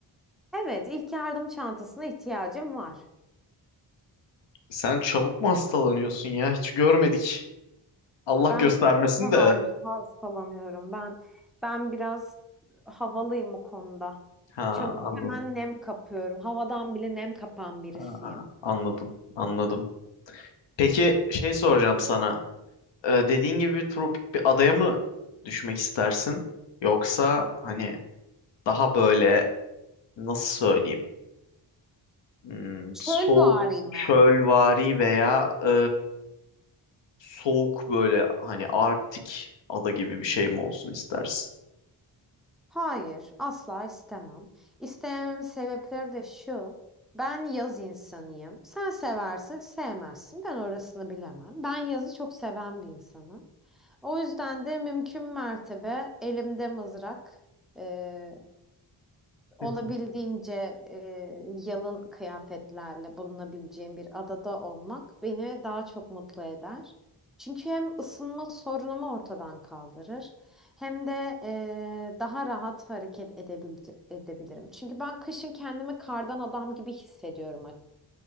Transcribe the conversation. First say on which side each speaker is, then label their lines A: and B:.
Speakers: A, in the centre; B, on the left.
A: Evet, ilk yardım çantasına ihtiyacım var.
B: Sen çabuk mu hastalanıyorsun ya? Hiç görmedik. Allah
A: Ben
B: göstermesin
A: çok hızlı harcı
B: de.
A: hastalanıyorum. Ben ben biraz havalıyım o konuda.
B: Ha
A: Çabuk
B: anladım.
A: hemen nem kapıyorum. Havadan bile nem kapan birisiyim.
B: Ha, ha, anladım. Anladım. Peki şey soracağım sana. Ee, dediğin gibi bir tropik bir adaya mı düşmek istersin? Yoksa hani daha böyle nasıl söyleyeyim? Hmm,
A: Çölvari
B: soğuk
A: mi?
B: çölvari veya e, soğuk böyle hani Arktik ada gibi bir şey mi olsun istersin?
A: Hayır, asla istemem. İstemememin sebepleri de şu. Ben yaz insanıyım. Sen seversin, sevmezsin. Ben orasını bilemem. Ben yazı çok seven bir insanım. O yüzden de mümkün mertebe elimde mızrak, eee, olabildiğince
B: <laughs>
A: eee, yalın kıyafetlerle bulunabileceğim bir adada olmak beni daha çok mutlu eder. Çünkü hem ısınma sorunumu ortadan kaldırır hem de eee, daha rahat hareket edebil edebilirim. Çünkü ben kışın kendimi kardan adam gibi hissediyorum